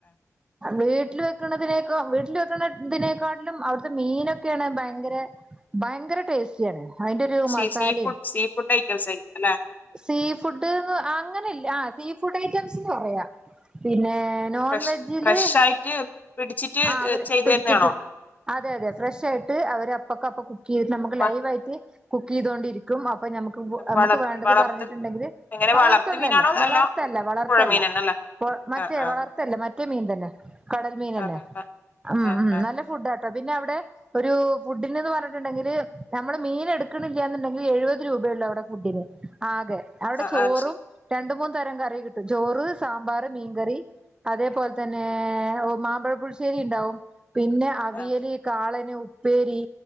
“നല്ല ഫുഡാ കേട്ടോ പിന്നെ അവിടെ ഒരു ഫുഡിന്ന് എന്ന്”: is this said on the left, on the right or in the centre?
Right